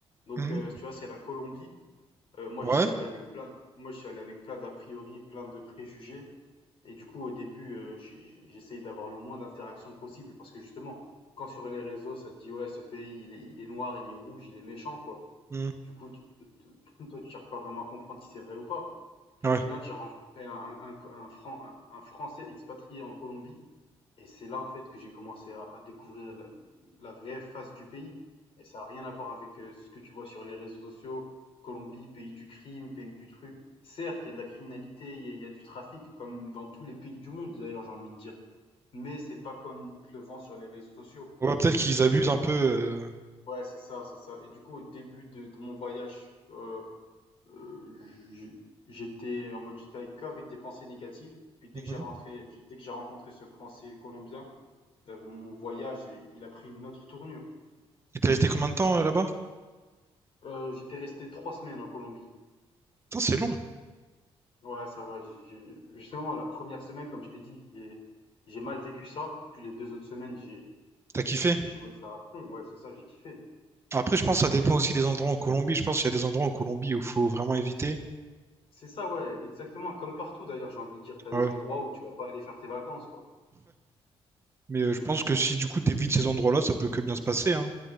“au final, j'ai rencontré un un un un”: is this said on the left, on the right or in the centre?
Left